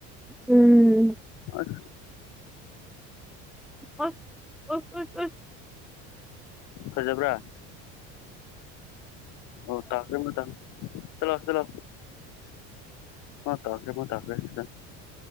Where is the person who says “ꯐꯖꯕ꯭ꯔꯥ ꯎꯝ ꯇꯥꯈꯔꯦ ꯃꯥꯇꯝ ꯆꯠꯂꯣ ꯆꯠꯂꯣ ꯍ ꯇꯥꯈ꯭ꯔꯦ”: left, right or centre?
Left